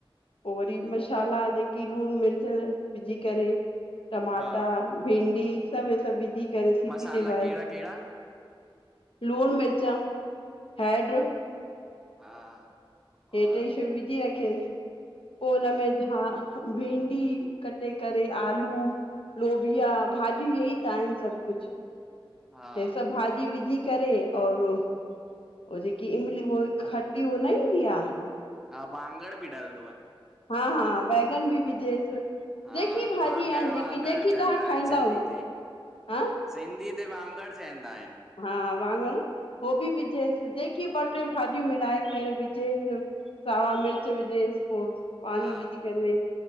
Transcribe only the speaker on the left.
पोइ वरी मसाला जेकी लूणु मिर्च विझी करे। टमाटा,
भिडी सभु हे सभु विझी करे सीटी
णेवायस।
लूण, मिर्च, हैड
हे टे शयूं विझी रखेसि पोइ हुनमें हा भिंडी कटे करे आलू लोभिया भाॼियूं इय ई त आहिनि सभु कुझु
हे सभु भाॼी विझी करे और हो जेकी इमली उह खटी उहा न ईंदी आ।
हा हा बैगन बि बिजेस
जेकी भाॼी
आहिनि जेकी
जेकी
तव्हां खाईंदा
हूंद
हां
हा वाङण हो बि विझेसि जेकी ॿ टे भाॼियूं मिलाए करे विझेस। सावा मिर्च विझेस पोइ पाणी
विझी करे